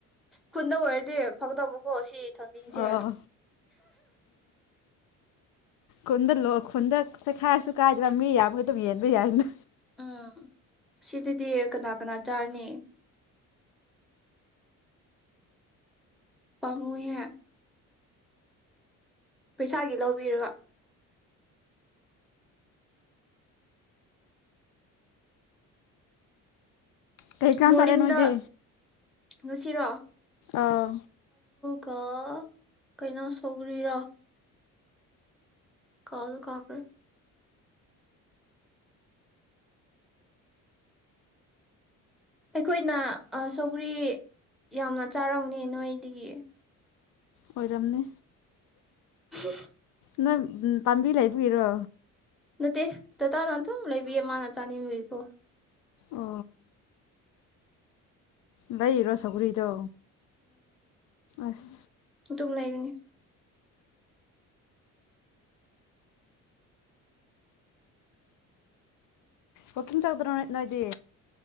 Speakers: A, in the centre; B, on the left.
A: ꯈꯨꯟꯗ ꯑꯣꯏꯔꯗꯤ ꯐꯛꯇꯕꯀꯣ ꯁꯤ ꯆꯟꯖꯤꯡꯁꯦ
B: ꯑꯣ ꯈꯨꯟꯗ ꯂꯣ ꯈꯨꯟꯗꯁꯦꯈꯥꯏꯔꯁꯨ ꯀꯥꯏꯗꯕ ꯃꯤ ꯌꯥꯝꯒ ꯑꯗꯨꯝ ꯌꯦꯟꯕ ꯌꯥꯏꯅ
A: ꯎꯝ ꯁꯤꯗꯗꯤ ꯀꯅꯥ ꯀꯅꯥ ꯆꯥꯔꯅꯤ ꯄꯥꯕꯨꯍ ꯄꯩꯁꯥꯒꯤ ꯂꯧꯕꯤꯔꯣ
B: ꯀꯩ ꯆꯥꯟ
A: ꯃꯣꯔꯅꯤꯡꯗ
B: ꯆꯠꯔꯦ ꯅꯣꯏꯗꯤ
A: ꯉꯁꯤꯔꯣ
B: ꯑꯥ
A: ꯀ ꯀꯩꯅꯣ ꯁꯧꯔꯤꯔꯣ ꯀꯥꯎꯗ ꯀꯥꯒ꯭ꯔꯦ ꯑꯩꯈꯣꯏꯅ ꯁꯧꯒ꯭ꯔꯤ ꯌꯥꯝꯅ ꯆꯥꯔꯝꯅꯦ ꯅꯣꯏꯗꯒꯤ
B: ꯑꯣꯏꯔꯝꯅꯤ
A: ꯍ
B: ꯅꯣꯏ ꯄꯥꯝꯕꯤ ꯂꯩꯕꯨꯒꯤꯔꯣ
A: ꯅꯠꯇꯦ ꯇꯇꯥꯥꯅ ꯑꯗꯨ ꯂꯩꯕꯤꯌꯦ ꯃꯥꯅ ꯆꯥꯅꯤꯡꯕꯀꯣ
B: ꯑꯣ ꯂꯩꯔꯣ ꯁꯒꯔꯤꯗꯣ ꯑꯁ
A: ꯇꯨꯝ ꯂꯩꯕꯅꯤ
B: ꯑꯣ ꯀꯝ ꯆꯧꯗ꯭ꯔꯣꯅꯦ ꯅꯣꯏꯗꯤ